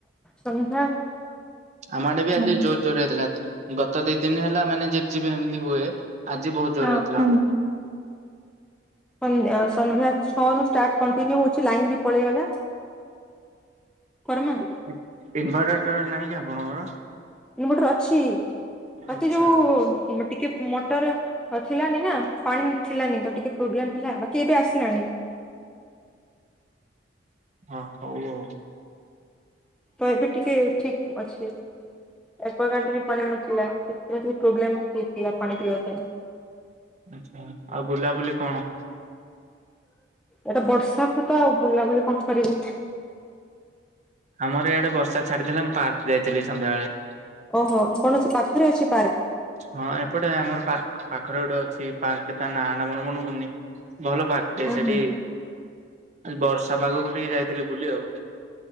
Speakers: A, in the centre; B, on the right.
A: ସମଝା।
B: ଆମଡେ ବି ଆଜି ଜୋରଜୋର ହେଥିଲା। ଗତ ଦି ଦିନ ହେଲା ମାନେ ଝିପି ଝିପି ଏମିତି ହୁଏ। ଆଜି ବହୁତ ଜୋର
A: ହଁ
B: ହେଇଥିଲା।
A: ସ ସନ୍ଧ୍ୟା ଛଅରୁୁ ଷ୍ଟାର୍ଟ କଣ୍ଟିନ୍ୟୁ ହଉଛି ଲାଇନ ବି ପଳେଇଗଲା। କରମା
B: ଇ ଇନଭର୍ଟରଟା ନାହିଁ କି ଆପଣଙ୍କର?
A: ମୁ ଗୋଟେରେ ଅଛି ବାକି
B: ଆଚ୍ଛା
A: ଯୋଉ ଟିକେ ମଟର ଥିଲାନି ନା ପାଣି ଥିଲାନି ତ ଟିକେ ପ୍ରୋବ୍ଲେମ ହେଲା ବାକି ଏବେ ଆସିଲାଣି।
B: ହଁ ହଉ ଆଉ।
A: ତ ଏବେ ଟିକେ ଠିକ ଅଛି। ଏକୱଗାର୍ଡ ରେ ପାଣି ନଥିଲା ସେଥିପାଇଁ ଟିକେ ପ୍ରୋବ୍ଲେମ୍ ହେଇଥିଲା ପାଣି ପିଇବା ପାଇଁ।
B: ଆଚ୍ଛା ଆଉ ବୁଲାବୁଲି କଣ?
A: ଏଟା ବର୍ଷାକୁ ତ ଆଉ ବୁଲାବୁଲି କଣ କରିବ?
B: ଆମର ଇଆଡ଼େ ବର୍ଷା ଛାଡ଼ିଥିଲା ମୁଁ ପାର୍କ ଯାଇଥିଲି ସନ୍ଧ୍ୟାବେଳେ।
A: ଓହୋ କଣ ସେ ପାଖରେ ଅଛି ପାର୍କ।
B: ହଁ ଏପଟେ ଆମର ପାର୍କ ପାଖରେ ଗୋଟେ ଅଛି ପାର୍କ ତା ନାଁ ଟା ମୋର ମନେ ପଡ଼ୁନି ଭଲ ପାର୍କ। ଟେ
A: ଉଁ
B: ସେଠି
A: ହୁଁ
B: ବର୍ଷା ପାଗକୁ ଟିକେ ଯାଇଥିଲି ବୁଲି ଆଉ।